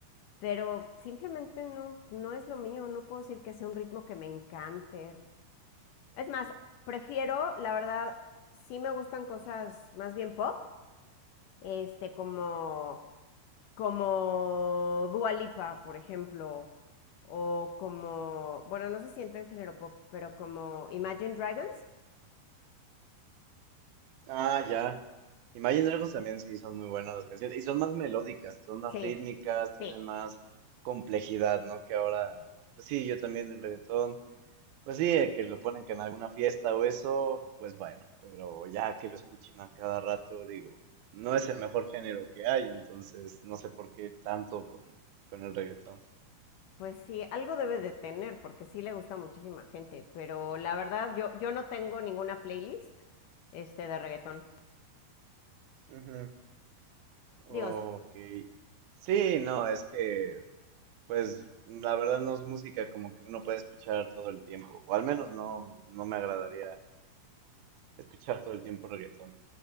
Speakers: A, on the left; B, on the right.
A: pero simplemente no, no es lo mío, no puedo decir que sea un ritmo que me encante. Es más, prefiero, la verdad, sí me gustan cosas más bien pop, este, como, como Dua Lipa, por ejemplo, o como, bueno, no sé si entra en género pop, pero como Imagine Dragons.
B: Ah, ya. Imagine Dragons también sí son muy buenas las canciones. Y son más melódicas, son más
A: Sí,
B: rítmicas, tienen
A: sí.
B: más complejidad, ¿no? Que ahora, pues sí, yo también del reggaetón. Pues sí, eh, que lo ponen que en alguna fiesta o eso, pues bueno, pero ya que lo escuchen a cada rato, digo, no es el mejor género que hay, entonces no sé por qué tanto con, con el reggaetón.
A: Pues sí, algo debe de tener, porque sí le gusta a muchísima gente, pero la verdad, yo, yo no tengo ninguna playlist, este, de reggaetón.
B: Ujú. Ok.
A: Dios,
B: Sí, no, es que Pues la verdad no es música como que uno puede escuchar todo el tiempo, o al menos no, no me agradaría escuchar todo el tiempo reggaetón.